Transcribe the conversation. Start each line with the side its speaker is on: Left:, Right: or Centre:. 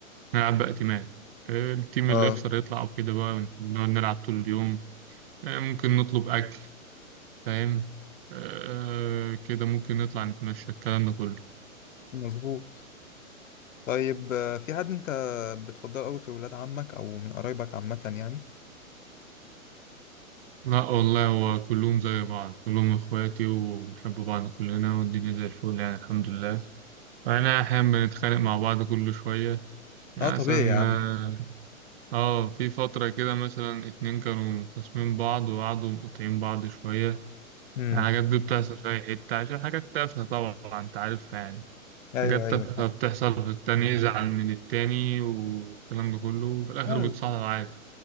Right: نلعب بقى تيمات آه، التيم
Left: اه
Right: اللي يخسر يطلع وكده بقى نقعد نلعب طول اليوم آه، ممكن نطلب أكل فاهم آه، كده ممكن نطلع نتمشى الكلام ده كله
Left: مظبوط طيب آه، في حد انت بتفضله قوي في ولاد عمك او من قرايبك عامة يعني
Right: لا والله هو كلهم زي بعض كلهم إخواتي وبنحب بعض كلنا والدنيا زي الفل يعني الحمد لله وأنا أحيانا بنتخانق مع بعض كل شوية يعني
Left: اه طبيعي
Right: مثلا
Left: يا عم
Right: آه آه، في فترة كده مثلا اتنين كانوا خاصمين بعض وقعدوا مقاطعين بعض شوية
Left: امم
Right: الحاجات دي بتحصل في أي حتة عشان حاجات تافهة طبعا أنت عارفها يعني
Left: ايوه
Right: حاجات
Left: ايوه
Right: تافهة بتحصل في التاني يزعل من التاني والكلام ده كله وفي الآخر
Left: فاهم.
Right: بيتصالحوا عادي